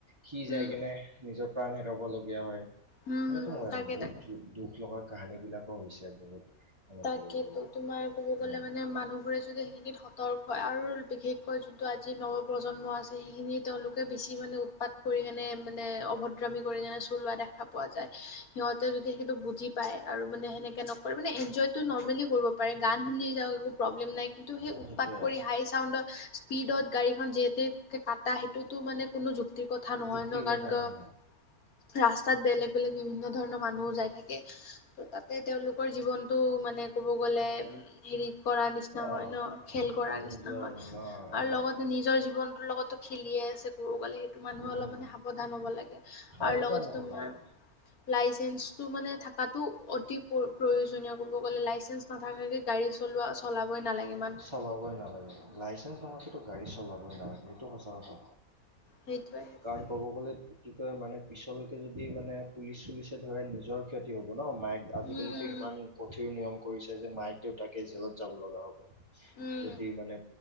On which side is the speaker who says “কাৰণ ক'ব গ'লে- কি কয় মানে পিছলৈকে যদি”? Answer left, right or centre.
Right